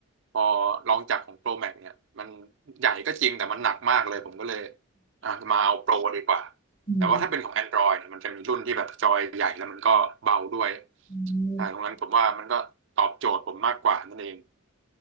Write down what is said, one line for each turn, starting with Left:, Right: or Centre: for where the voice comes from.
Right: พอลองจากของโปรแม็กเนี่ยมันใหญ่ก็จริงแต่มันหนักมากเลยผมก็เลยอ่ะมาเอาโปรดีกว่า
Left: อืม
Right: แต่ว่าถ้าเป็นของ Android เนี่ยมันจะมีรุ่นที่แบบจอยใหญ่แล้วมันก็เบาด้วย
Left: อืม
Right: ใช่ตรงนั้นผมว่ามันก็ตอบโจทย์ผมมากกว่านั่นเอง